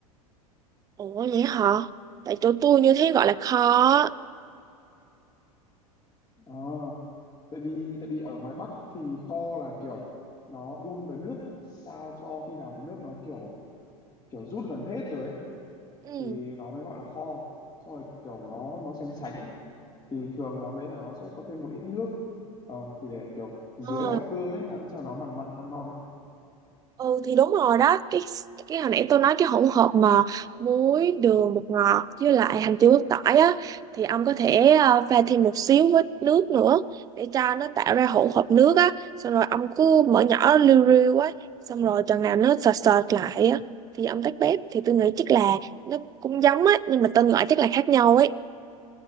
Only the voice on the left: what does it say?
Ờ, tại vì tại vì ở ngoài Bắc thì kho là kiểu nó đun với nước sao cho khi nào mà nước nó kiểu kiểu rút gần hết rồi ấy
thì nó mới gọi là kho. Xong rồi kiểu nó nó sánh sánh ấy thì thường món đấy là nó sẽ có thêm một ít nước ờ, thì để kiểu dưới
vào cơm ấy ăn cho nó mặn mặn ngon ngon ấy